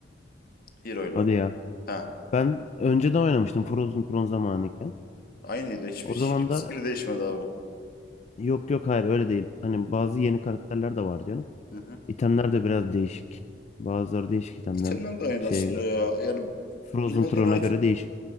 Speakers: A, on the left; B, on the left.
A: hero'yla.
B: Hadi ya.
A: Ha.
B: Ben önceden oynamıştım Frozen Throne zamanıyken.
A: Aynıydı. Hiçbir
B: O
A: hiçbir
B: zaman da
A: skill'i değişmedi abi.
B: Yok yok hayır öyle değil. Hani bazı yeni karakterler de var canım.
A: Hı hı.
B: İtemler de biraz değişik. Bazıları değişik itemlerin
A: İtemler de aynı
B: şeye
A: aslında
B: göre.
A: ya. Yani
B: Frozen
A: bilmediğin
B: Throne'a
A: item,
B: göre değişik.